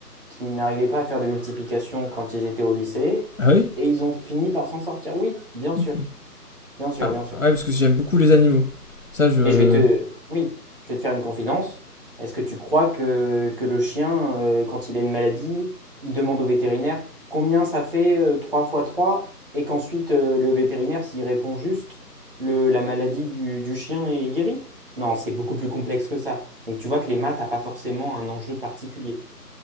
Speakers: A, on the right; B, on the left.
A: qui n'arrivaient pas à faire de multiplication quand ils étaient au lycée
B: Ah oui
A: et ils ont fini par s'en sortir. Oui, bien sûr,
B: Ok.
A: bien sûr,
B: Ah ouais,
A: bien sûr.
B: parce que j'aime beaucoup les animaux. Ça, je.
A: Mais je vais te, oui, je vais te faire une confidence. Est-ce que tu crois que, que le chien, euh, quand il a une maladie, il demande au vétérinaire combien ça fait euh, 3 fois 3 et qu'ensuite euh, le vétérinaire, s'il répond juste, le, la maladie du, du chien est guérie? Non, c'est beaucoup plus complexe que ça. Donc tu vois que les maths n'ont pas forcément un enjeu particulier.